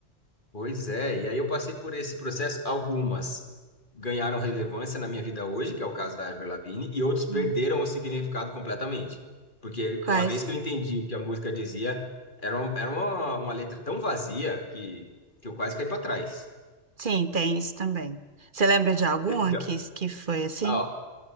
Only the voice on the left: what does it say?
Pois é, e aí eu passei por esse processo. Algumas ganharam relevância na minha vida hoje, que é o caso da Avril Lavigne, e outros perderam
o significado completamente. Porque
uma vez que eu entendi o que a música dizia, era, um- era uma, uma letra tão vazia que, que eu quase caí para trás.
<laughs> Então,
ó,